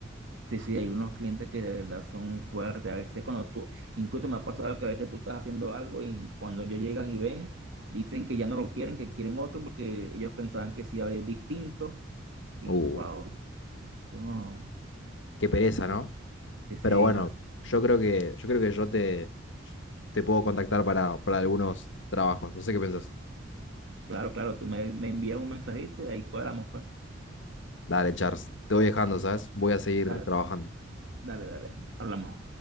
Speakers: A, on the right; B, on the left.
A: Sí, sí, hay unos clientes que de verdad son fuertes. A veces cuando tú, incluso me ha pasado que a veces tú estás haciendo algo y cuando ellos llegan y ven, dicen que ya no lo quieren, que quieren otro porque ellos pensaban que sí iba a haber distinto. Y
B: Uh,
A: wow, eso no.
B: qué pereza, ¿no?
A: Sí, sí,
B: Pero bueno,
A: bueno,
B: yo creo que yo creo que yo te, te puedo contactar para, para algunos trabajos. No sé qué pensás.
A: claro, claro, tú me, me envías un mensajito y ahí cuadramos, pues.
B: Dale, Charles, te voy dejando, ¿sabes? Voy a seguir
A: Dale,
B: trabajando.
A: dale, dale. Hablamos.